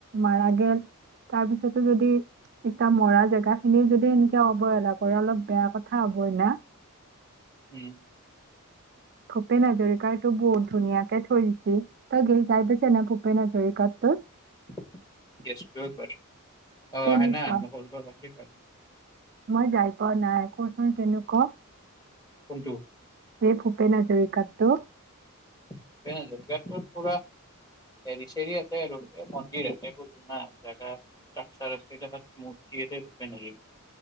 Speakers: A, on the right (about 50°); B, on the left (about 20°).
A: মাৰা গ'ল তাৰ পিছতো যদি এয়া মৰা জাগা খিনিও যদি এনেকে অৱহেলা কৰে অলপ বেয়া কথা হ'বই না।
B: উম।
A: থু ভূপেন হাজৰিকাৰটো বহুত ধুনীয়াকে থৈ দিছে। তই গই পাইছ নাই ভূপেন হাজৰিকাৰ টোত।
B: <unintelligible> পায় অ
A: কেনেকুৱা
B: আহে না নকল কৰা ট্ৰফিত পায়।
A: মই যাই পোৱা নাই কচোন কেনেকুৱা?
B: কোনটো?
A: সেই ভূপেন হাজৰিকাৰটোত।
B: ভূপেন হাজৰিকা ক'ত পুৰা হেৰি চেৰি আছে। আৰু মন্দিৰ আছে জুঙা জাগা তাকচাৰ আছে মূৰ্তি আছে ভূপেন হাজৰিকা